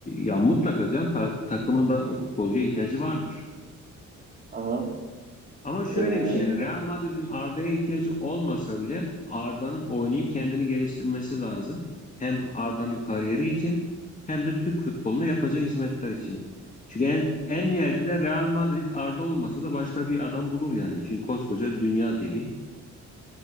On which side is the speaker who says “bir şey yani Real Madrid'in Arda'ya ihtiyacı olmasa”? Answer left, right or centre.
Left